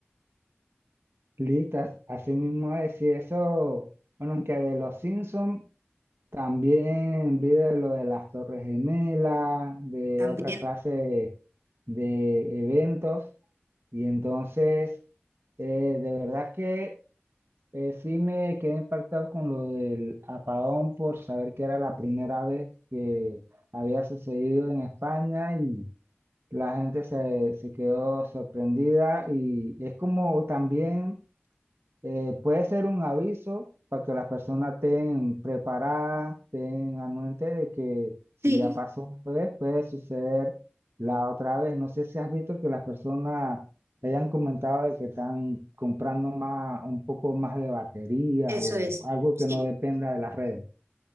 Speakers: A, on the right; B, on the right.
A: Listas, así mismo es, y eso, bueno, aunque de los Simpsons también vi de lo de las Torres Gemelas, de
B: También,
A: otra clase de, de eventos, y entonces, eh, de verdad que Eh, sí me quedé impactado con lo del apagón por saber que era la primera vez que había sucedido en España y la gente se, se quedó sorprendida y es como también eh, puede ser un aviso para que las personas estén preparadas, tengan mente de que si
B: sí,
A: ya pasó una vez, puede suceder la otra vez. No sé si has visto que las personas te hayan comentado de que están comprando más, un poco más de baterías
B: eso
A: o
B: es,
A: algo
B: sí,
A: que no dependa de las redes.